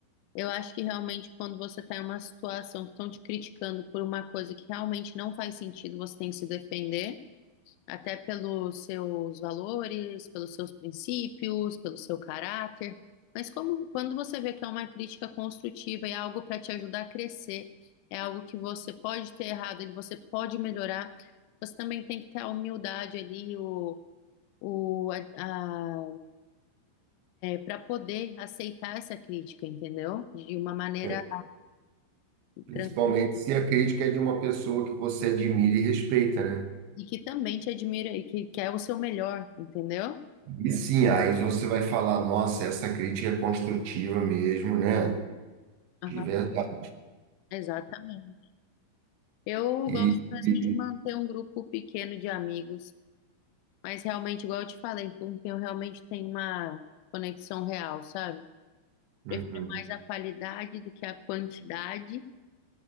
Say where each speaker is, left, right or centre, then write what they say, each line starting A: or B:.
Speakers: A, on the left; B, on the right.
A: Eu acho que realmente quando você está em uma situação que estão te criticando por uma coisa que realmente não faz sentido, você tem que se defender. até pelos seus valores, pelos seus princípios, pelo seu caráter. Mas como, quando você vê que é uma crítica construtiva e é algo para te ajudar a crescer, é algo que você pode ter errado, ele você pode melhorar, você também tem que ter a humildade ali, o, o, a, para poder aceitar essa crítica, entendeu? De uma maneira
B: né? Principalmente
A: tranquila
B: se a crítica é de uma pessoa que você admira e respeita, né?
A: e que também te admira e que quer o seu melhor, entendeu?
B: E sim, aí você vai falar, nossa, essa crítica é construtiva mesmo, né?
A: Aham,
B: De verdade.
A: exatamente. Eu
B: E,
A: gosto mesmo
B: e-
A: de manter um grupo pequeno de amigos, mas realmente, igual eu te falei, com quem eu realmente tenho uma conexão real, sabe?
B: Uhum.
A: Prefiro mais a qualidade do que a quantidade,